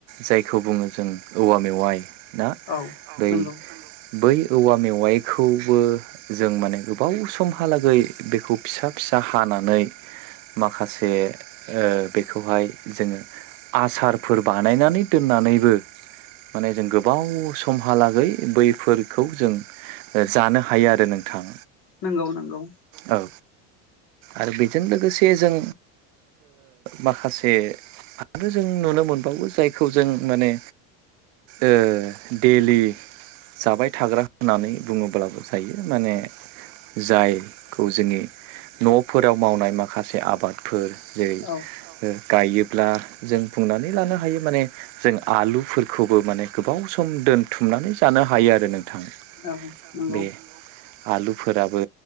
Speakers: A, on the right; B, on the left.
A: जायखौ बुङो जों औवा मेवाइ ना
B: औ
A: बै
B: नंगौ
A: बै औवा मेवाइखौबो जों माने गोबाव समहालागै बेखौ फिसा फिसा सा हानानै माखासे ओ बेखौहाय जोङो आसार फोर बानायनानै दोननानैबो माने जों गोबाव समहालागै बैफोरखौ जों जानो हायो आरो नोंथां।
B: नंगौ नंगौ
A: औ आरो बेजों लोगोसे जों माखासे आरो जों नुनो मोनबावो जायखौ जों माने ओ दैलि जाबाय थाग्रा होननानै बुङोब्लाबो जायो माने जायखौ जोंनि न'फोराव मावनाय माखासे आबादफोर जेरै
B: औ
A: गायोब्ला जों बुंनानै नानै लानो हायो माने जों आलुफोरखौबो माने गोबाव सम दोनथुमनानै जानो हायो आरो नों बे
B: औ नंगौ
A: आलुफोराबो